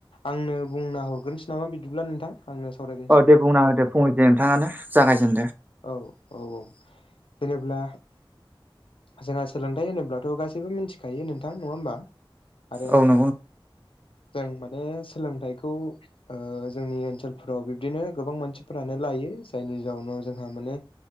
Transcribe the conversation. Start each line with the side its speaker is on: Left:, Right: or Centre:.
Left: आंनो बुंना हरग्रोनोसै नामा बिदिब्ला नोंथां? आंनो सावराय
Right: औ दे बुंना होदो फंनैसो नोंथाङानो जागायजेनदो।
Left: औ औ औ जेनेब्ला जोंहा सोलोंथाइ होनोब्लाथ' गासैबो मिनथिखायो नोंथां नङा होमब्ला? आरो
Right: औ नंगौ
Left: जों माने सोलोंथाइखौ ओ जोंनि ओनसोलफोराव बिब्दिनो गोबां मानसिफोरानो लायो जायनि जाउनाव जोंहा माने